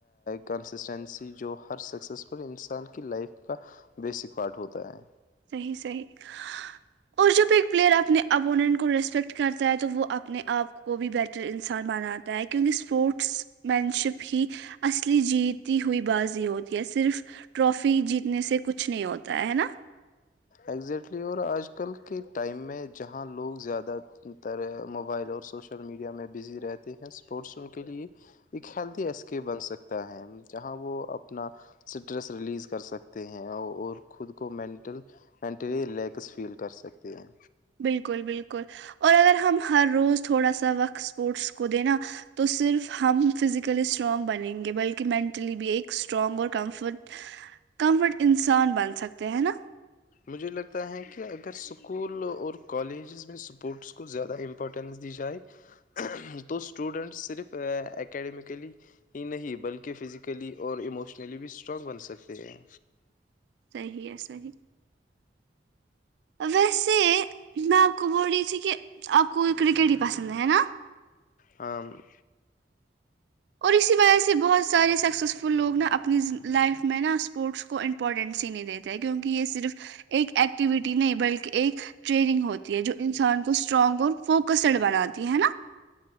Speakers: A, on the left; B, on the right.
A: کنسسٹنسی جو ہر سکسیسفل انسان کی لائف کا بیسک پارٹ ہوتا ہے
B: صحیح صحیح اور جب ایک پلیئر اپنے اپوننٹ کو ریسپیکٹ کرتا ہے تو وہ اپنے آپ کو بھی بیٹر انسان بناتا ہے کیونکہ اسپورٹس مین شپ ہی اصلی جیتی ہوئی بازی ہوتی ہے صرف ٹرافی جیتنے سے کچھ نہیں ہوتا ہے ہے نا
A: ایگزیکٹلی اور آج کل کے ٹائم میں جہاں لوگ زیادہ تر موبائل اور سوشل میڈیا میں بزی رہتے ہیں اسپورٹس ان کے لیے ایک ہیلدی ایسکے بن سکتا ہے جہاں وہ اپنا اسٹریس ریلیز کر سکتے ہیں اور خود کو مینٹل مینٹلی ریلیکس فیل کر سکتے ہیں
B: بالکل بالکل اور اگر ہم ہر روز تھوڑا سا وقت اسپورٹس کو دینا تو صرف ہم فزیکلی اسٹرانگ بنیں گے بلکہ مینٹلی بھی ایک اسٹرانگ اور کمفرٹ کمفرٹ انسان بن سکتے ہے نا
A: مجھے لگتا ہے کہ اگر اسکول اور کالجز میں اسپورٹس کو زیادہ امپورٹینس دی جائے تو اسٹوڈنٹ صرف اکیڈمیکلی ہی نہیں بلکہ فزیکلی اور ایموشنلی بھی اسٹرانگ بن سکتے ہیں
B: صحیح ہے صحیح ویسے میں آپ کو بول رہی تھی کہ آپ کو کرکٹ ہی پسند ہے نا
A: آم
B: اور اسی وجہ سے بہت سارے سکسیزفل لوگ نا اپنی لائف میں نا اسپورٹس کو امپورٹینس ہی نہیں دیتے کیونکہ یہ صرف ایک ایکٹیوٹی نہیں بلکہ ایک ٹریننگ ہوتی جو انسان کو اسٹرانگ اور فوکس ک سڑ بنای ہے نا